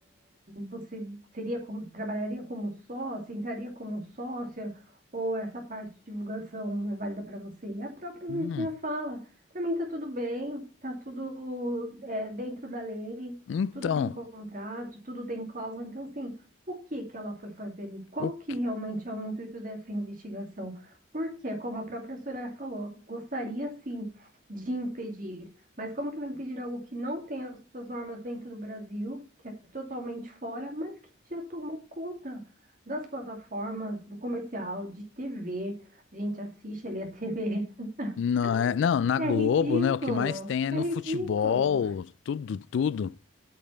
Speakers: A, on the right (about 40°); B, on the left (about 70°).
A: você seria como- trabalharia como sócia, entraria como sócia, ou essa parte de divulgação não é válida para você? E a própria
B: hum.
A: Virginia fala, para mim tá tudo bem, tá tudo é, dentro da lei,
B: Então,
A: tudo tem contrato, tudo tem cláusula, então assim, o que que ela foi fazer ali? Qual
B: o que
A: que realmente é o intuito dessa investigação? Porque, como a própria Soraya falou, gostaria sim de impedir mas como que vai impedir algo que não tem as suas normas dentro do Brasil, que é totalmente fora, mas que já tomou conta das plataformas, do comercial, de TV? A gente assiste ali a TV. <laughs>
B: Não, é- não, na
A: É
B: Globo,
A: ridículo!
B: né? O que mais tem é
A: É
B: no
A: ridículo!
B: futebol, tudo, tudo.